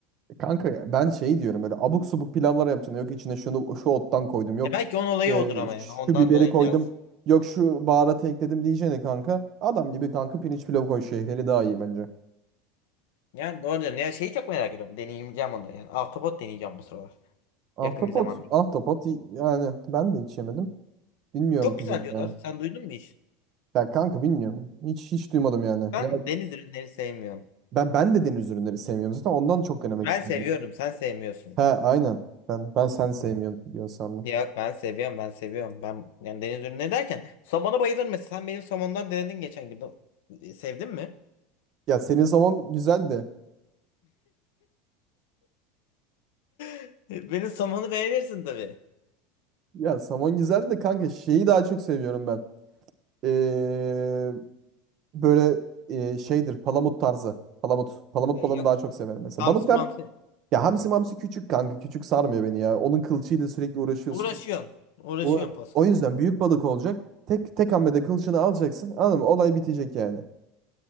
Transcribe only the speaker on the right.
E Kanka ya ben şey diyorum böyle abuk subuk pilavlar yapacaksın. Yok içine şunu şu ottan koydum. Yok
e,
şu
biberi
koydum.
Yok şu baharatı ekledim diyeceğine kanka. Adam gibi kanka pirinç pilavı koy şehriyeli daha iyi bence.
Ahtapot,
ahtapot y- yani ben de hiç yemedim. Bilmiyorum
tadım
yani.
Ya kanka bilmiyorum. Hiç hiç duymadım yani.
Ya
Ben ben de deniz ürünleri sevmiyorum zaten. Ondan çok denemek
istemiyorum.
He aynen. Ben ben sen sevmiyorum diyor sandım.
Ya senin zaman güzeldi.
Ya somon güzeldi de kanka şeyi daha çok seviyorum ben. Ee, böyle e, şeydir palamut tarzı. Palamut. Palamut
balığını
daha çok
severim mesela.
Balıklar
ya hamsi mamsi küçük kanka. Küçük sarmıyor beni ya. Onun kılçığıyla sürekli uğraşıyorsun.
O,
o yüzden büyük balık olacak. Tek tek hamlede kılçığını alacaksın. Anladın mı? Olay bitecek yani.